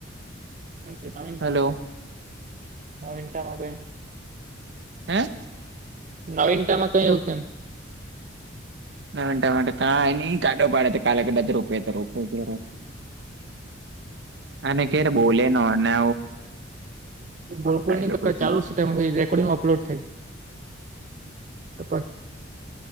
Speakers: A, on the right; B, on the right.
A: મનટામાં
B: હલો
A: ન મનટામાં
B: હમ
A: નવીન ટામાં કઈ એવું કેમ
B: નાના ન કાઢો પાડે કાલે કદાચ રૂપ તો રોપ કે અને કે્યારે બોલે ન અનેને
A: બોલકુલ ન
B: લોકોથી
A: કર ચાલુ રેકોર્ડિંગ અપલોડ થઈ તો